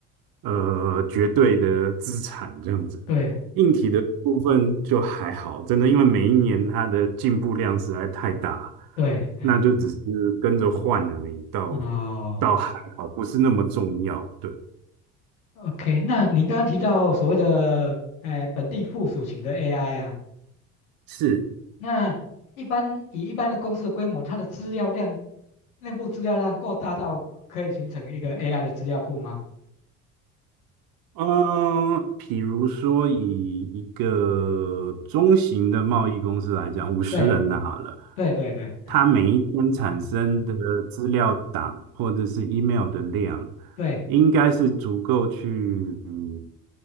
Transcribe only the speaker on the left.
对
对，哎，
哦。
OK，那您刚刚提到所谓的呃本地附属型的 AI 啊，
那一般以一般的公司的规模，它的资料量，内部资料量够大到可以形成一个 AI 的资料库吗？
对，对对对，哎，
对，